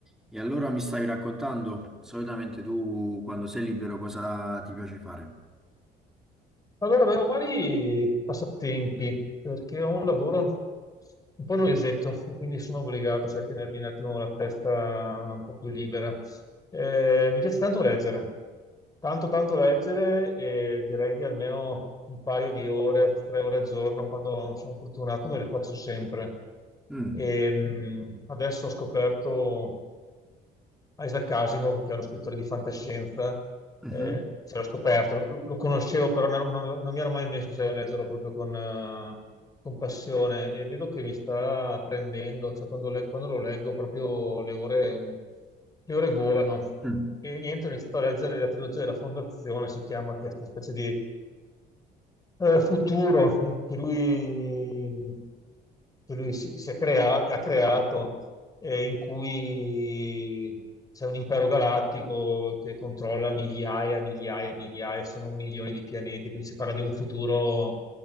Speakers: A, in the centre; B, on the left (about 20°).
A: E allora mi stavi raccontando, solitamente tu quando sei libero cosa ti piace fare?
B: Allora, avevo vari passatempi perché ho un lavoro un po' noiosetto e quindi sono obbligato sai, a tenermi un attimo la testa un po' più libera. Eh, mi piace tanto leggere, tanto tanto leggere e direi che almeno un paio di ore, tre ore al giorno, quando sono fortunato, me le faccio sempre.
A: Mm,
B: E, Mm. mh, adesso ho scoperto Isaac Asimov, che è uno scrittore di fantascienza,
A: mhm,
B: eh, ce l'ho scoperto, lo, lo conoscevo, però non, non- non mi ero mai messo sai, a leggerlo proprio con, eh, con passione e vedo che mi sta prendendo, cioè quando, le- quando lo leggo proprio le ore, le ore volano.
A: mm.
B: E niente, ho iniziato a leggere la trilogia della Fondazione, si chiama, che è questa specie di eh, futuro che lui, che lui si, si è crea- che ha creato, eh, in cui c'è un impero galattico che controlla migliaia, migliaia, migliaia, se non milioni di pianeti, quindi si parla di un futuro